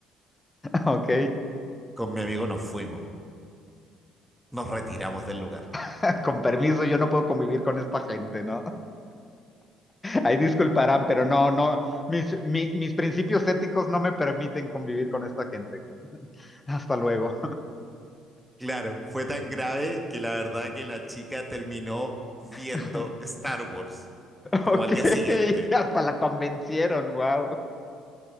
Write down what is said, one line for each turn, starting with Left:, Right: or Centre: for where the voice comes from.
Left: Ok,
Centre: Con mi amigo nos fuimos, nos retiramos del lugar.
Left: <laughs> con permiso, yo no puedo convivir con esta gente, ¿no? Ahí disculparán, pero no, no, mis, mi- mis principios éticos no me permiten convivir con esta gente. Hasta luego.
Centre: Claro, fue tan grave que la verdad que la chica terminó viendo
Left: <laughs>
Centre: Star Wars,
Left: Ok,
Centre: como al día
Left: <laughs>
Centre: siguiente.
Left: hasta la convencieron, wow.